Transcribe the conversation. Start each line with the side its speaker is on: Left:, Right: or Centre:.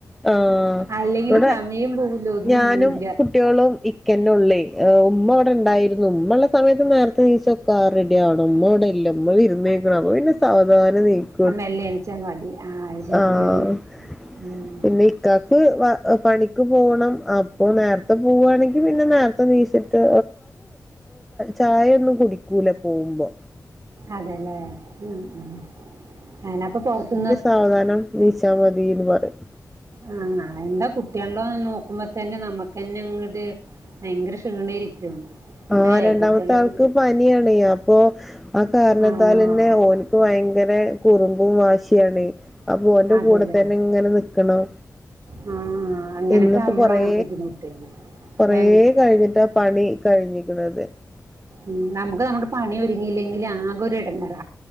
Centre: ആഹ്
Right: അല്ലെങ്കിൽ
Centre: ഇവിടെ
Right: സമയം പോവില്ല ഒന്നും
Centre: ഞാനും
Right: പോവില്ല
Centre: കുട്ടികളും ഇക്കന്നെ ഉമ്മ അവിടെണ്ടായിരുന്നു ഉമ്മ ഉള്ള സമയത്ത് നേരത്തെനെച്ച റെഡി ആവണം ഉമ്മട ഇല്ല നമ്മ വിരുന്നക്ക അപ്പ പിന്നെ സവാദാനെണിക്കും
Right: ആ മെല്ലെ എണിച്ചാ മതി ആഹ് ശരിയാണ്
Centre: ആഹ്
Right: ഉം
Centre: പിന്നെ ഇക്കാക്ക് പണിക്ക് പോണം അപ്പോ നേരത്തെ പോവാണെങ്കിൽ പിന്നെ നേരത്തെ നീച്ചിട്ട് ചായൊന്നും കുടിക്കൂല പോകുമ്പോ
Right: അതെല്ലേ ഉം ഉം അനപ്പൊ പൊറത്തുന്ന്
Centre: സാവാദാനം നീച്ചാ മതിന്ന് പറയും
Right: ആഹ് അന്റെ കുട്ടിൾതെ നോക്കുമ്പോ തന്നെ നമ്മുക്കന്നെ ഇങ്ങട് ഭയങ്കര ക്ഷീണായിരിക്കും
Centre: ആഹ്
Right: ല്ലേ
Centre: രണ്ടാമത്തെ
Right: കുട്ടികളുടെ
Centre: ആൾക്ക്
Right: പിന്നെ
Centre: പനിയാണ് അപ്പൊ ആ കാരണത്താൽ
Right: ആഹ്
Centre: തന്നെ ഓന് ഇപ്പം ഭയങ്കര കുറുമ്പും വാശിയാണ് അപ്പോ ഓന്റെ
Right: അതെല്ലേ
Centre: കൂടെ തന്നെ ഇങ്ങനെ നിക്കണം
Right: ആ അങ്ങനെയൊക്കെ
Centre: ഇന്ന് ഇപ്പോ
Right: ആകുമ്പോഴാണ്
Centre: കൊറേ
Right: ബുദ്ധിമുട്ട്
Centre: കൊറേ
Right: അല്ലേ
Centre: കഴിഞ്ഞിട്ടാ പണി കഴിഞ്ഞിക്കിണത്
Right: ഉം നമുക്ക് നമ്മുടെ പണി ഒരുങ്ങിയില്ലെങ്കിൽ ആകെ ഒരു എടങ്ങേറ